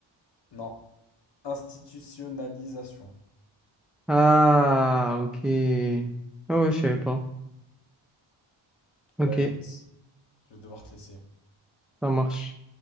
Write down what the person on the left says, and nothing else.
Non. Institutionnalisation.
Tu
vois.
Bah écoute, je vais devoir te laisser.